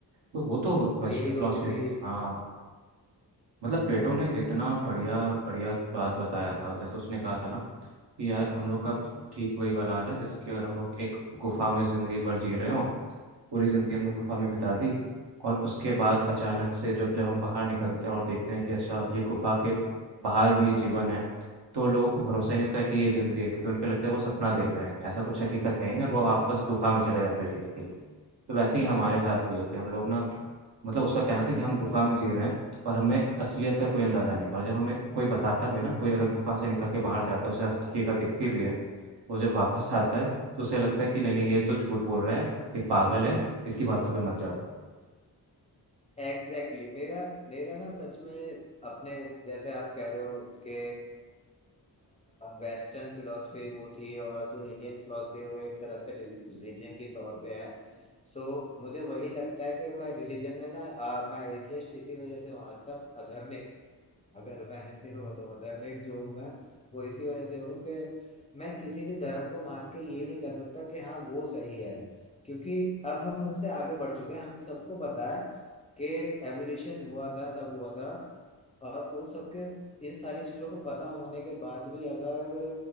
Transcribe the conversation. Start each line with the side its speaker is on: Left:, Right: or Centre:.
Right: तो वो तो वेस्टर्न
Left: जेल
Right: फिलोसफी
Left: होती थी
Right: थी हाँ मतलब प्लेटो
Left: हाँ
Right: ने इतना बढ़िया बढ़िया बात बताया था जैसे उसने कहा था ना कि यार हम लोग का ठीक वही वाला हाल है जैसे कि अगर हम लोग एक गुफा में ज़िंदगी भर जी रहे हो पूरी ज़िंदगी हमने गुफा में बिता दी और उसके बाद अचानक से जब जब हम बाहर निकलते हैं और देखते हैं कि अच्छा ये गुफा के बाहर भी जीवन है तो लोगों को भरोसा ही नहीं होता है कि ये ज़िंदगी है क्योंकि उनको लगता है वो सपना देख रहे हैं ऐसा कुछ हकीकत है ही नहीं और वो वापस गुफा में चले जाते हैं जीने के लिए तो वैसे ही हमारे साथ भी है कि हम लोग ना मतलब उसका कहना था कि हम गुफा में जी रहे हैं और हमें असलियत का कोई अंदाजा नहीं और जब हमें कोई बताता भी है ना कोई अगर गुफा से निकल के बाहर जाता है उसे अस- हकीकत दिखती भी है वो जब वापस आता है तो उसे लगता है कि नहीं नहीं ये तो झूठ बोल रहा है ये पागल है इसकी बातों पे मत जाओ
Left: Exactly exactly. मेरा मेरा ना सच में अपने जैसे आप कह रहे हो कि वेस्टर्न फिलोसफी वो थी और जो इंडियन फिलोसफी है वो एक तरह से रिलीजन के तौर पे है सो so, मुझे वही लगता है कि मैं रिलीजन में ना अ, मैं एथियस्ट इसी वजह से हूँ आज तक अधर्मिक अगर मैं हिंदी में बताऊँ धार्मिक जो हूँ मैं वो इसी वजह से हूँ कि मैं किसी भी धर्म को मान के ये नहीं कर सकता कि हाँ वो सही है क्योंकि अब हम उनसे आगे बढ़ चुके हैं हम सबको पता है कि एवोल्यूशन हुआ था सब हुआ था और उन सबके इन सारी चीजों को पता होने के बाद भी अगर